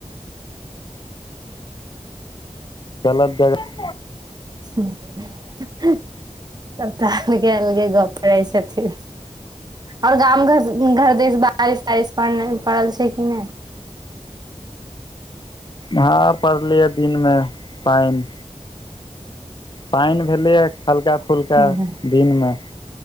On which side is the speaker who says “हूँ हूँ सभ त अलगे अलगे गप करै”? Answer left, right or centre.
Right